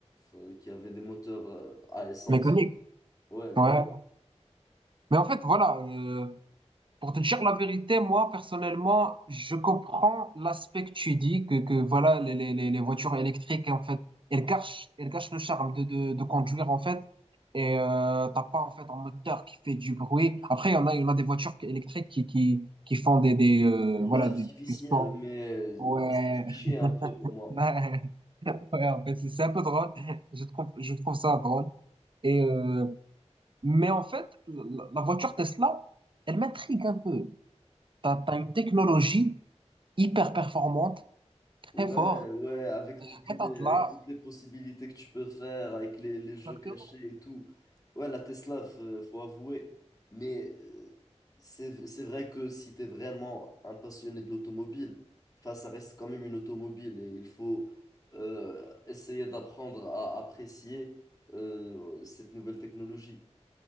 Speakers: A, on the left; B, on the right.
A: euh, qui avait des moteurs euh, à essence.
B: Mécanique.
A: Ouais, voilà.
B: Ouais. Mais en fait, voilà, euh, Pour te dire la vérité, moi, personnellement, je comprends l'aspect que tu dis, que, que voilà, les, les, les les voitures électriques, en fait, elles cachent elles cachent le charme de, de, de conduire, en fait. Et euh, t'as pas, en fait, un moteur qui fait du bruit. Après, il y en a, il y en a des voitures électriques qui, qui, qui font des, des euh,
A: Bleu
B: voilà,
A: artificiel,
B: du, du son.
A: mais euh,
B: Ouais.
A: c'est triché un peu
B: <laughs>
A: pour moi.
B: ouais, en fait, c'est c'est un peu drôle. Je trouve, je trouve ça drôle. Et euh, mais en fait, la, la voiture Tesla, elle m'intrigue un peu. T'as, t'as une technologie hyper performante, très
A: Ouais,
B: fort,
A: ouais, avec toutes
B: très
A: les,
B: tas de l'art.
A: avec toutes les possibilités que tu peux faire, avec les, les jeux
B: Exactement.
A: cachés et tout. Ouais, la Tesla, f- faut avouer. Mais euh, c'est, c'est vrai que si t'es vraiment un passionné de l'automobile, enfin, ça reste quand même une automobile et il faut euh, essayer d'apprendre à apprécier euh, cette nouvelle technologie.